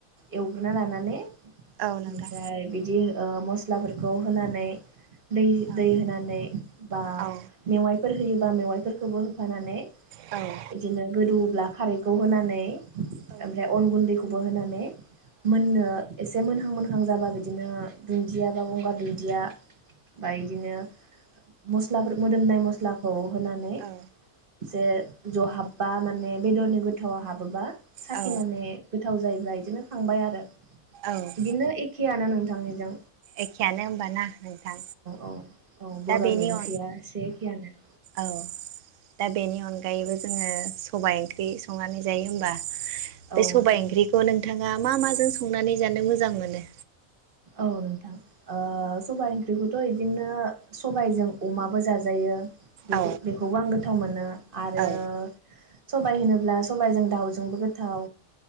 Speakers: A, on the right (about 45°); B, on the right (about 70°).
A: एवग्रोना लानानै। ओमफ्राय
B: औ नोंथां
A: बिदि ओ म मस्लाफोरखौ होनानै दै
B: औ
A: दै होनानै बा
B: औ
A: मेवाइ फोर होयोबा मेवाइफोरखौबो होफानानै
B: औ
A: इदिनो गोदौब्ला खारैखौ होनानै
B: औ
A: ओमफ्राय अन गुन्दैखौ खबहोनानै मोननो ए से मोनहां मोनहां जाबा बिदिनो दुन दिया बा गंगार दुन्दिया बाइदिनो मस्लाफोर मोदोमनाय मस्लाखौ होनानै
B: औ
A: जे बेव हाबबा माने बेदरनि गोथावा हाबोब्ला साखिनानै
B: औ
A: गोथाव जायो ब्ला इदिनो खांबाय आरो
B: औ
A: बिदिनो एखेयानो नों थां निजों
B: एखेयानो होनबाना नोंथां?
A: औ औ बर'नि
B: दा बेनि
A: ओंख्रिया
B: औ
A: एसे एखेयानो
B: औ दा बेनि अनगायैबो जोङो सबाय ओंख्रि संनानै जायो होमबा बे
A: औ
B: सबबाय ओंख्रिखौ नोंथाङा मा मा जों संनानै जानो मोजां मोनो?
A: औ नोंथां ओ सबायाइ ओंख्रिखौथ' इदिनो सबायजों अमाबो जाजायो बे
B: औ
A: बेखौबो आंगो थाव मोनो आरो
B: औ
A: सबाय होनोब्ला सबायजों दाउजोंबो गोथाव